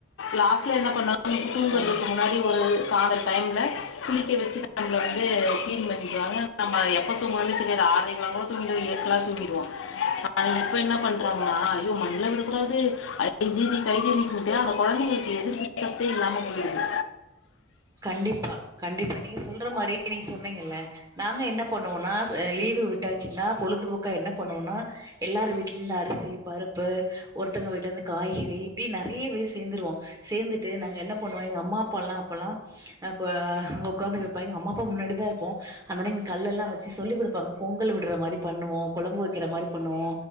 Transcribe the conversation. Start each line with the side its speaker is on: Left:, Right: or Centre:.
Left: லாஸ்ட் என்ன பண்ண நம்ம தூங்குறதுக்கு
Right: கண்
Left: முன்னாடி ஒரு சாடட் டைமில் குளிக்க வச்சு நம்மளை வந்து கிளீன் பண்ணிக்குவாங்க நம்ம எப்ப தூங்குனோனே தெரியாது ஆரைக்கு எல்லா கூட தூங்கிடு ஏற்க்ல தூங்கிடுவோ ஆன இப்ப என்ன பண்றாங்ன்னா ஐயோ மண்ல விடக் கூடாது ஹைஜினிக் ஹைஜினிக்ட்டு அந்த கொழந்தைகளுக்கு எதுர்ப்பு சக்தி இல்லாம போய்டுது
Right: கண்டிப்பா கண்டிப்பா நீங்க சொல்ற மாரியே நீங்க சொன்னீங்கல்ல நாங்க என்ன பண்ணுவோனா லீவு விட்டாச்சுன்னா பொழுதுபோக்கா என்ன பண்ணுவோனா எல்லாரு வீட்லந்து அரிசி பருப்பு ஒருத்தவுங்க வீட்ல இருந்து காய்கறி இப்டி நறைய பேர் சேர்ந்துருவோ சேர்ந்துட்டு நாங்க என்ன பண்ணுவோ எங்க அம்மா அப்பல்லா அப்போல்லா அ அங்க உட்காந்து கெடப்ப எங்க அம்மா அப்பா முன்னாடிதா இருப்போ அந்த டைம் கல்லெல்லா வச்சு சொல்லி் குடுப்பாங்க பொங்கல் விடுற மாரி பண்ணுவோ கொழம்பு வைக்கிற மாரி பண்ணுவோ